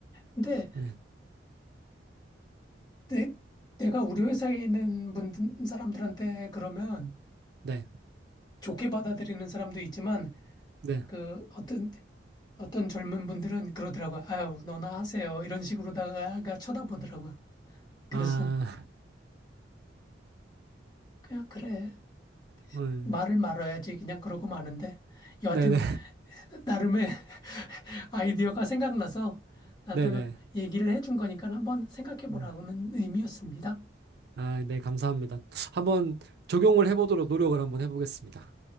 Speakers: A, on the left; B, on the right.
A: 근데
B: 네,
A: 내, 내가 우리 회사에 있는 분, 사람들한테 그러면
B: 네,
A: 좋게 받아들이는 사람도 있지만,
B: 네.
A: 그, 어떤, 어떤 젊은 분들은 그러더라고요. 아유, 너나 하세요. 이런 식으로다가 쳐다보더라고요. 그래서,
B: 아, <laughs>
A: 그냥 그래.
B: 음,
A: 말을 말아야지. 그냥 그러고 마는데. 여하튼,
B: 네네,
A: 나름의 <laughs> 아이디어가 생각나서 나도
B: 네네, <laughs>
A: 얘기를 해준 거니까 한번 생각해
B: 네.
A: 보라고는
B: 네. 네.
A: 의미였습니다.
B: 아, 네, 감사합니다. 한번 적용을 해보도록 노력을 한번 해보겠습니다.